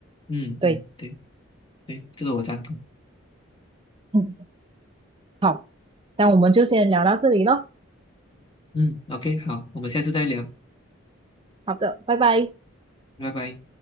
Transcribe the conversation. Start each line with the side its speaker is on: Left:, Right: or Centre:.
Left: 嗯嗯，
Right: 对，
Left: 对对，这个我赞同。
Right: 嗯，好，那我们就先聊到这里咯。
Left: 嗯，OK，好，我们下次再聊，
Right: 好的，拜拜。
Left: 拜拜。